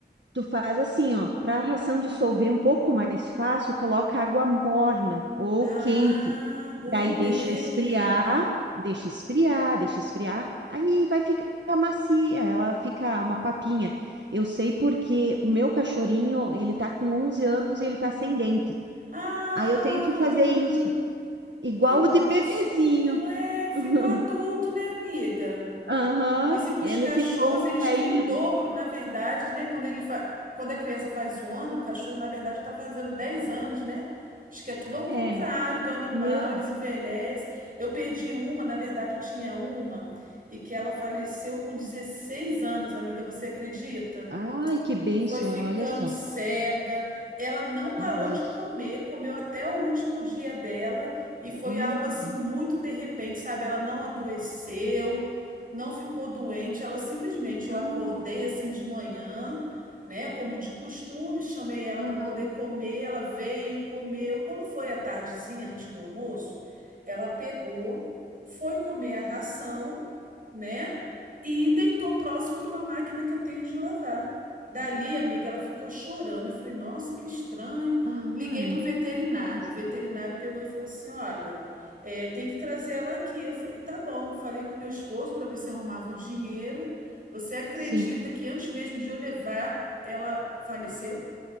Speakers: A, on the right; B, on the right.
A: Tu faz assim, ó, para a ração dissolver um pouco mais fácil, coloca água morna ou
B: Ah,
A: quente.
B: boa
A: Daí
B: ideia.
A: deixa esfriar, deixa esfriar, deixa esfriar. Aí vai ficar macia, ela fica uma papinha. Eu sei porque o meu cachorrinho, ele tá com 11 anos e ele tá sem dente.
B: Ah!
A: Aí eu tenho que fazer isso, igual
B: Que bonitinho.
A: o de bebezinho.
B: É, ficou
A: <laughs>
B: adulto, né, amiga?
A: Aham,
B: Dizem que os
A: ele
B: cachorros,
A: ficou
B: eles
A: um velhinho.
B: têm o dobro, na verdade, né? Quando ele fa... Quando a criança faz um ano, o cachorro, na verdade, já está fazendo 10 anos, né? Acho que é tudo ao contrário
A: É,
B: do animal,
A: meu
B: eles envelhecem. Eu perdi uma, na verdade, eu tinha uma, e que ela faleceu com 16 anos, amiga. Você acredita?
A: Ai, que bênção,
B: foi ficando
A: olha só.
B: cega. Ela não parou
A: Ai.
B: de comer, comeu até o último dia dela e foi
A: Hum.
B: algo assim muito de repente, sabe? Ela não adoeceu, não ficou doente, ela simplesmente eu
A: Ah,
B: acordei assim de manhã, né, como de costume, chamei ela
A: aham.
B: para poder comer, ela veio, comeu. Quando foi à tardezinha, antes do almoço, ela pegou, foi comer a ração, né? E deitou próximo de uma máquina que eu tenho de lavar. Dali, amiga, ela ficou chorando. Eu falei, nossa, que estranho.
A: Ai.
B: Liguei pro veterinário.
A: triste.
B: O veterinário pegou e falou assim: olha, é, tem que trazer ela aqui. Eu falei, tá bom. Falei com meu esposo para ver se arrumava o dinheiro. Você acredita
A: Sim.
B: que antes mesmo de eu levar, ela faleceu?